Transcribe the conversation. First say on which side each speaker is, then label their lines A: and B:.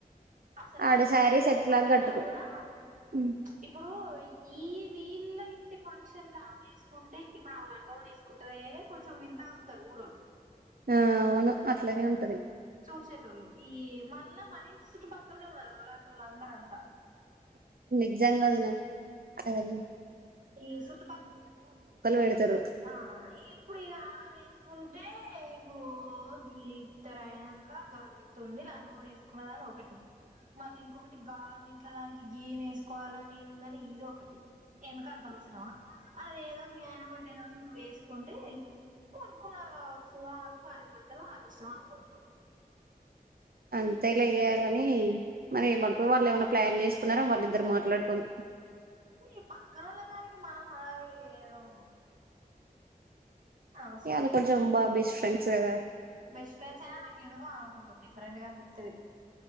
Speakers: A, on the right (about 55°); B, on the right (about 70°).
A: అసల్
B: ఆడ
A: అది
B: శారీస్
A: లేకపోయిన
B: ఎట్లాగ కట్టుకు
A: కూడా
B: ఉమ్,
A: ఇప్పుడు ఈ వీళ్ళ ఇంటి ఫంక్షన్ కి ఆమె వేసుకుంటే ఇప్పుడు ఆ లంగమ వే కుంటరే కొంచెం వింతగ చూత్తారు ఊరోళ్ళు
B: ఆ అవును అట్లనే ఉంటది
A: చూసేటోళ్ళు ఈ మళ్ళ మన ఇంటి చుట్టుపక్కలనే ఉన్నారు అలాంటోళ్ళు అందరంతా
B: నిజంగాన స్వారి
A: ఈ చుట్టుపక్క
B: పెడతారు
A: ఆ ఇప్పుడు ఇ గా వేసుకుంటే ఇప్పుడు ఇత్తర అయినాక గంతుండి లంగ ఒనీ వేసుకున్నదని ఒకటి మళ్ళీ ఇంకొకటి గాలి ఇంట్లో దానికి గీమ్ వేసుకోవాలని ఉందని ఇది ఒకటి ఎందుకంత అవసరమా అది ఏదో మీ ఆయన బర్ బర్డె రోజు నువ్వు వేసుకుంటే కొనుకున్నారు కావచ్చు వాళ్ళు భార్యపడతారు వాళ్ళు ఇష్టం అనుకుంటారు
B: అంతే లే ఏ కాని మరి మ వాళ్ళు ఏమైన్నా ప్లాన్ చేసుకున్నారా వాళ్ళిద్దరు మాట్లాడుకొని
A: ఈ పక్కనోళ్ళ దానికి మనం హడావిడి చేయడం అనవసరం
B: ఇయాల కొంచం బాగ్ బెస్ట్ ఫ్రెండ్స్ కదా
A: బెస్ట్ ఫ్రెండ్స్ అయినా నాకెందుకో ఆవ కొంచం డిఫరెంట్గా అనిపిత్తది.